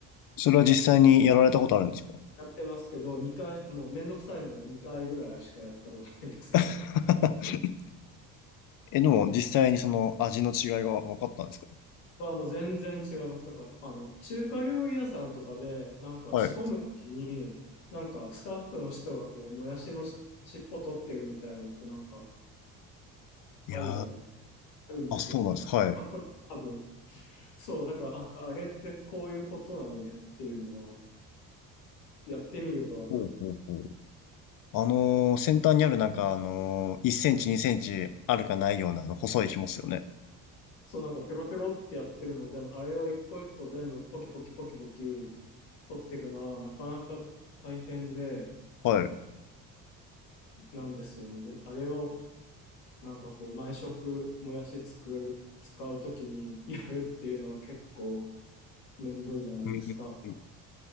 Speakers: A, on the left; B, on the left.
A: それは実際にやられたことあるんですか
B: やってますけど、2回、もうめんどくさいので2回ぐらいしかやったことないですけど。
A: <laughs> え、でも実際にその味の違いが分かったんですか
B: はもう全然違います。なんか、あの、中華料理屋さんとかで、なんか仕込むときに、
A: はい。
B: なんかスタッフの人がこう、もやしのし尻尾取ってるみたいのってなんか
A: いやー、
B: あるじゃない、あるんですよ。
A: あ、そうなんです。はい。
B: 多分。そう、だから、あ、あれってこういうことなのねっていうのが、やってみるとわかる。
A: ほうほうほう。あのー先端にあるなんかあのー1センチ2センチあるかないようなあの細い紐っすよね。
B: そう、なんかペロペロってやってるのでも、あれを一個一個全部ポキポキポキポキ取っていくのは、なかなか大変で、
A: はい。う
B: なんですよね。で、あれを、なんかこう毎食もやし使う、使うときにやるっていうのは結構めんどいじゃないですか。
A: んうん